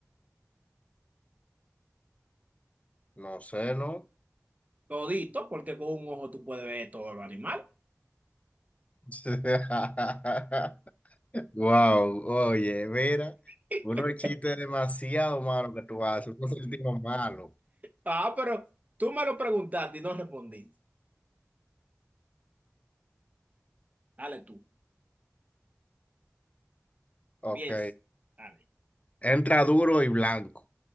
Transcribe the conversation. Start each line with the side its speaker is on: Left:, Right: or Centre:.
Left: No sé, ¿no?
Right: Todito, porque con un ojo tú puedes ver todo los animal.
Left: <laughs> Wow, oye, mira,
Right: <laughs>
Left: unos chistes demasiado malos que tú haces, unos sentidos malos.
Right: Ah, pero tú me lo preguntaste y no respondí. Dale tú,
Left: Ok,
Right: piensa. Dale.
Left: entra duro y blanco,